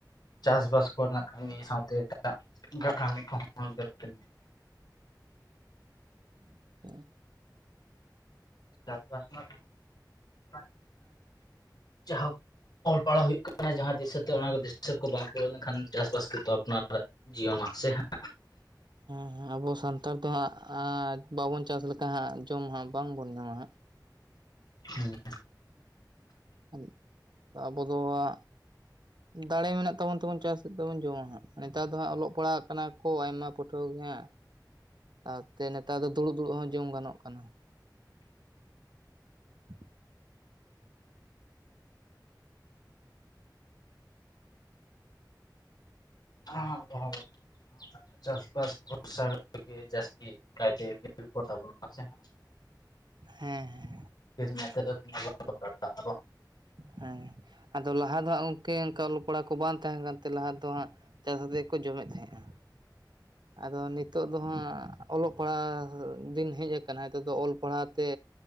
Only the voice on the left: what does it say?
ᱪᱟᱥᱵᱟᱥ ᱠᱚᱨᱮᱱᱟᱜ ᱠᱟᱹᱢᱤ ᱥᱟᱶᱛᱮ ᱮᱴᱟᱜ ᱠᱟᱹᱢᱤ ᱠᱚᱦᱚᱸ ᱡᱮ <unintelligible> <inaudible>
ᱪᱟᱥᱵᱟᱥ ᱨᱮᱱᱟᱜ <inaudible> ᱡᱟᱦᱳᱠ ᱚᱞ ᱯᱟᱲᱦᱟᱣ ᱦᱩᱭᱩᱜ ᱠᱟᱱᱟ ᱡᱟᱦᱟᱸ ᱫᱤᱥᱟᱹᱛᱮ ᱚᱱᱟ ᱫᱤᱥᱟᱹ ᱠᱚ ᱵᱟᱝ ᱯᱩᱨᱟᱹᱣ ᱞᱮᱱᱠᱷᱟᱱ ᱪᱟᱥᱵᱟᱥ ᱜᱮᱛᱚ ᱟᱯᱱᱟᱨᱟᱜ <inaudible> ᱡᱤᱭᱳ ᱱᱟᱥᱮ ᱦᱟᱸᱜ
ᱦᱩᱸ <inaudible>
<inaudible> ᱪᱟᱥᱵᱟᱥ ᱵᱷᱚᱨᱥᱜᱮ ᱡᱟᱹᱥᱛᱤ ᱠᱟᱭᱛᱮᱯᱚᱫ <inaudible> ᱛᱟᱵᱚᱥ
ᱠ ᱢᱮᱛᱮ ᱫᱚ <inaudible> ᱟᱵ <inaudible>